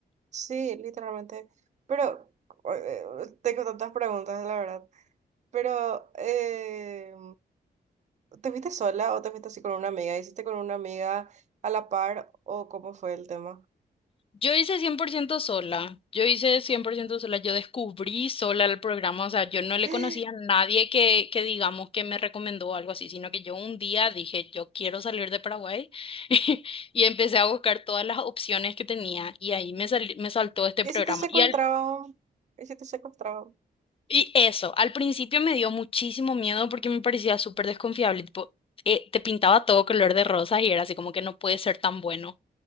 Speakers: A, on the right; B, on the left.
A: Sí, literalmente. Pero eh, tengo tantas preguntas, la verdad. Pero, eh, ¿te fuiste sola o te fuiste así con una amiga? ¿Hiciste con una amiga a la par o cómo fue el tema?
B: Yo hice 100% sola, yo hice 100% sola, yo descubrí sola el programa, o sea, yo no le
A: <gasps> ¿Y
B: conocía a nadie que, que digamos que me recomendó o algo así, sino que yo un día dije, yo quiero salir de Paraguay <laughs> y empecé a buscar todas las opciones que tenía y ahí me, sali- me saltó este
A: si
B: programa.
A: te secuestraban?
B: Y al
A: ¿Y si te secuestraban?
B: Y eso, al principio me dio muchísimo miedo porque me parecía súper desconfiable, tipo, eh, te pintaba todo color de rosas y era así como que no puede ser tan bueno,